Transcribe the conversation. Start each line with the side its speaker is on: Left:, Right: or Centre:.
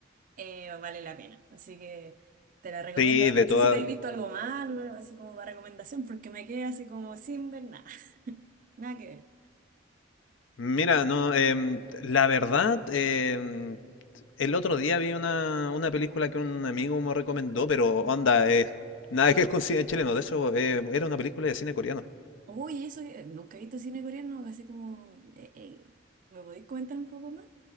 Right: eh, vale la pena. Así que te la recomiendo.
Left: Sí,
Right: Bueno,
Left: de
Right: no
Left: todas.
Right: sé si te has visto algo más, algo así como para recomendación, porque me quedé así como sin ver nada, <laughs> nada que ver.
Left: Mira, no, em, la verdad, em, el otro día vi una, una película que un amigo me recomendó, pero onda, eh, nada que ver con cine chileno. De hecho, eh, era una película de cine coreano.
Right: Uy, eso, eh, nunca he visto cine coreano, así como, eh, eh, ¿me podéis comentar un poco más?